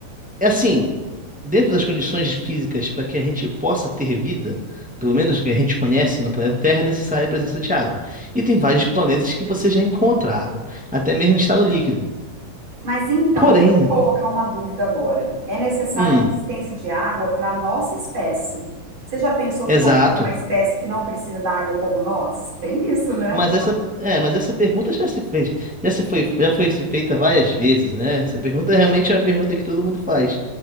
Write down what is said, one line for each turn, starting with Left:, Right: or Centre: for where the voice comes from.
Centre: É assim, dentro das condições físicas para que a gente possa ter vida, pelo menos que a gente conhece no planeta Terra, é necessária a presença de água. E tem vários planetas que você já encontra água, até mesmo em estado líquido.
Right: Mas então,
Centre: Porém,
Right: deixa eu te colocar uma dúvida agora. É necessária
Centre: hum,
Right: a resistência de água para a nossa espécie. Você já pensou
Centre: exato.
Right: que pode ter uma espécie que não precisa da água como nós? Tem isso, né?
Centre: Mas essa, é, mas essa pergunta já se fez, já se foi, já foi se feita várias vezes, né? Essa pergunta realmente é uma pergunta que todo mundo faz.